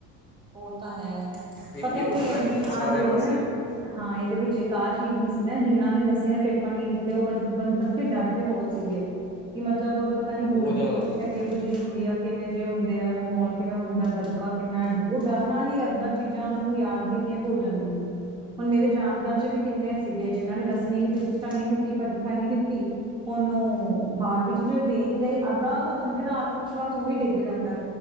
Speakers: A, on the right; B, on the left.
A: ਓ ਤਾਂ ਹੈ
B: ਇਹੀ
A: ਪਤਾ ਕੀ
B: ਰੌਲਾ
A: ਐ
B: ਹੈ
A: ਵੀ
B: ਜੀ ਸਾਰੇ
A: ਜਿਹੜੇ
B: ਪਾਸੇ
A: ਨਾ ਇੱਕ ਹਾਂ ਇਹਦੇ ਵਿੱਚ ਇੱਕ ਆਹ ਚੀਜ਼ ਵੀ ਸੀ ਨਾ, ਜਿਹਨਾਂ ਨੇ ਦਸਵੀਂ ਦੇ ਪੇਪਰ ਨਹੀਂ ਦਿੱਤੇ ਉਹ ਬੱਚੇ ਬੰਦੇ ਬ ਤੇ ਡਰਦੇ ਬਹੁਤ ਸੀਗੇ, ਕਿ ਮਤਲਬ ਪਤਾ ਨੀ
B: ਬਹੁਤ
A: ਬੋਰਡ ਦੀ
B: ਜ਼ਿਆਦਾ
A: ਪ੍ਰੀਖਿਆ
B: ਜੀ
A: ਕਿ ਬੁਝੀ ਹੁੰਦੀ ਆ, ਕਿਵੇਂ ਜਿਹੇ ਹੁੰਦੇ ਐ, ਮਾਹੌਲ ਕਿਵੇਂ ਹੁੰਦਾ, ਦਬਕਾ ਕਿੰਨਾ ਉਹ ਡਰ ਨਾਲ ਹੀ ਏਦਾਂ ਚੀਜ਼ਾਂ ਉਹਨਾਂ ਨੂੰ ਯਾਦ ਕੀਤੀਆਂ ਭੁੱਲ ਜਾਂਦੀਆਂ ਸੀ, ਹੁਣ ਮੇਰੇ ਜਾਣਕਾਰ ਚ ਵੀ ਕਿੰਨੇ ਸੀਗੇ ਜਿਨਾਂ ਨੇ ਦਸਵੀਂ ਦੀ ਪ੍ਰੀਖਿਆ ਨਹੀਂ ਦਿੱਤੀ, ਪ੍ਰੀਖਿਆ ਨਹੀਂ ਦਿੱਤੀ। ਉਹਨੂੰ ਬਾਰਵੀਂ 'ਚ' ਜਦੋਂ ਦੇਣ ਗਏ ਅੱਧਾ ਤਾਂ ਬੰਦੇ ਦਾ ਆਤਮ ਵਿਸ਼ਵਾਸ ਉਵੀ ਡਿੱਗ ਜਾਂਦਾ।